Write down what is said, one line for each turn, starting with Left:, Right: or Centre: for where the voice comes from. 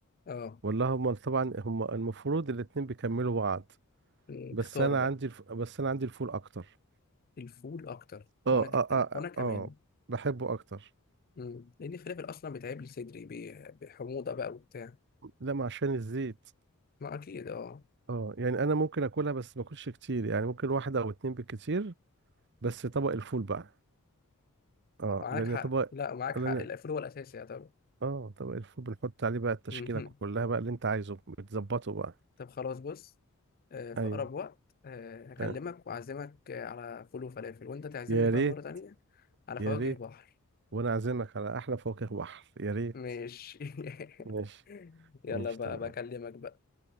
Left: اه
Right: ولا هما طبعا هما المفروض الاتنين بيكملوا بعض
Left: مم،
Right: بس
Left: اختار
Right: انا
Left: بقى
Right: عندي الف... بس انا عندي الفول اكتر
Left: الفول اكتر
Right: اه
Left: وانا ك...
Right: اه اه
Left: أنا... وانا كمان
Right: اه آه، بحبه اكتر
Left: مم. لان الفلافل اصلا بيتعب لي صدري بي- بحموضه بقى وبتاع
Right: لا ما عشان الزيت
Left: ما اكيد اه
Right: اه يعني انا ممكن اكلها بس ما اكلش كتير يعني ممكن واحدة او اتنين بالكتير بس طبق الفول بقى اه
Left: معاك
Right: لان
Left: حق
Right: طبق
Left: لا معاك
Right: لان
Left: حق الفول هو الاساسي يا طبعا
Right: اه طبق الفول بنحط عليه بقى التشكيلة
Left: مهم.
Right: كلها بقى اللي انت عايزه بتظبطه بقى
Left: طب خلاص بص آه، في
Right: ايوه
Left: اقرب وقت آه، هكلمك
Right: تمام
Left: واعزمك آه، على فول وفلافل وانت تعزمني
Right: يا
Left: بقى
Right: ريت
Left: مره تانية على
Right: يا
Left: فواكه
Right: ريت
Left: بحر
Right: وانا عازمك على احلى فواكه بحر يا ريت
Left: ماشي
Right: ماشي
Left: <laughs> يلا
Right: ماشي
Left: بقى
Right: تمام
Left: بكلمك بقى